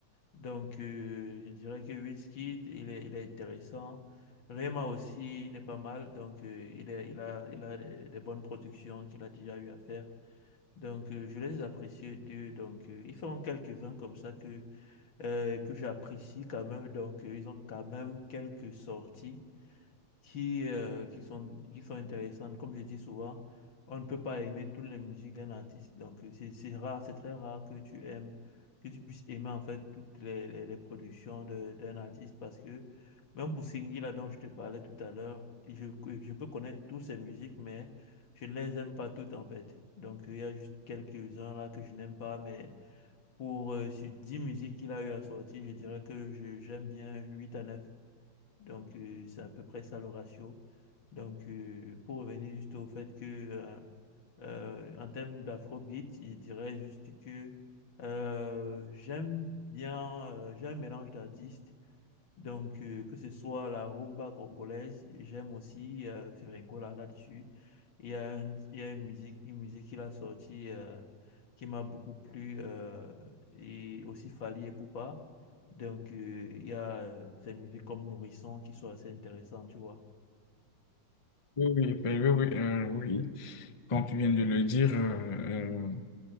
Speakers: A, on the left (about 90°); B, on the left (about 30°).
A: Donc, euh, je dirais que Wizkid, il est, il est intéressant. Rema aussi, il n'est pas mal. Donc, euh, il est, il a, il a des, des bonnes productions qu'il a déjà eu à faire. Donc, euh, je les apprécie d'eux. Donc, euh, ils font quelques-uns comme ça que, euh, que j'apprécie quand même. Donc, euh, ils ont quand même quelques sorties qui, euh, qui sont, qui sont intéressantes. Comme je dis souvent, on ne peut pas aimer toutes les musiques d'un artiste. Donc, euh, c'est c'est rare, c'est très rare que tu aimes, que tu puisses aimer en fait toutes les, les, les productions de- d'un artiste parce que même pour Singhi, là dont je te parlais tout à l'heure, je, je peux connaître toutes ses musiques, mais je ne les aime pas toutes en fait. Donc, euh, il y a juste quelques-uns là que je n'aime pas, mais pour euh, sur 10 musiques qu'il a eu à sortir, je dirais que je- j'aime bien 8 à 9 donc, euh, c'est à peu près ça le ratio. Donc, euh, pour revenir juste au fait que, euh, euh, en termes d'afrobeat, je dirais juste que euh, j'aime bien, euh, j'ai un mélange d'artistes. Donc, euh, que ce soit la rumba congolaise, j'aime aussi euh, Ferringola là-dessus. Il y a, un- il y a une musique, une musique qu'il a sortie euh, qui m'a beaucoup plu, euh, et aussi Fally et Poupa. Donc, euh, il y a euh, des musiques comme Nourrisson qui sont assez intéressantes, tu vois.
B: Oui, oui, ben oui, oui, euh, oui. Comme tu viens de le dire, euh, euh,